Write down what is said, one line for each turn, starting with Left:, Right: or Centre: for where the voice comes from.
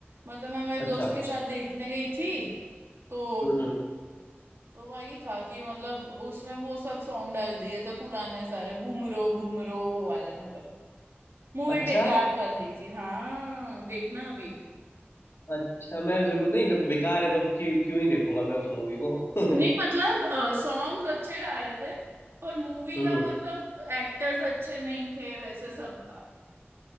Right: मतलब मैं मेरे
Left: अच्छा
Right: दोस्त के साथ अच्छा देखने गई थी तो
Left: हम्म हम्म।
Right: तो वही था कि मतलब उसमें वो सब सॉन्ग डाल दिए थे पुराने सारे बूमरो बूमरो वो वाले मतलब मूवी
Left: अच्छा
Right: बेकार कर दी थी हाँ देखना अभी
Left: अच्छा मैं जरूर नहीं जब बेकार है तब क्यों क्यों ही देखूंगा मैं उस मूवी को <laughs>
Right: नहीं मतलब सॉन्ग्स अच्छे डाले थे पर मूवी
Left: हम्म
Right: का मतलब एक्टर्स अच्छे नहीं थे वैसे सब था